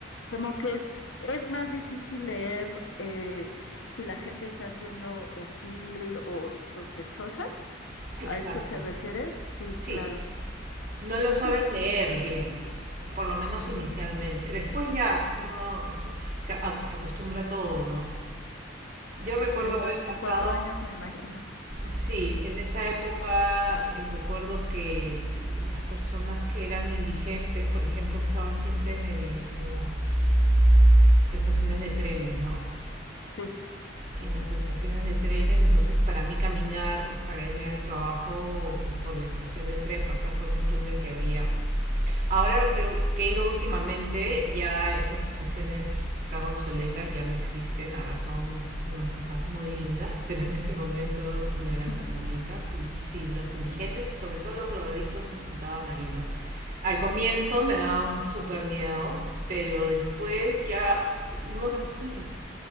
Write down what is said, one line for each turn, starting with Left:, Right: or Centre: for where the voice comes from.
Left: como que es más difícil leer eh, si la gente está siendo hostil o sospechosa.
Right: Exacto,
Left: ¿A eso te refieres? Sí,
Right: sí,
Left: claro.
Right: no lo sabes
Left: Sí,
Right: leer bien, por lo menos inicialmente. Después ya uno se, se a- se acostumbra a todo, ¿no? Yo recuerdo
Left: Después
Right: haber
Left: de
Right: pasado,
Left: cuatro años, me imagino.
Right: sí, en esa época eh, recuerdo que las personas que eran indigentes, por ejemplo, estaban siempre en el, en las estaciones de trenes, ¿no?
Left: Sí.
Right: en las estaciones de trenes, entonces para mí caminar, para irme al trabajo por la estación de tren, pasar por un túnel que había. Ahora que, que he ido últimamente, ya esas estaciones tan obsoletas ya no existen, ahora son unas cosas muy lindas, <laughs> pero en ese momento no eran
Left: <laughs>
Right: tan bonitas y sí, los indigentes y sobre todo los drogadictos se juntaban ahí, ¿no? Al comienzo me daban súper miedo, pero después ya uno se acostumbra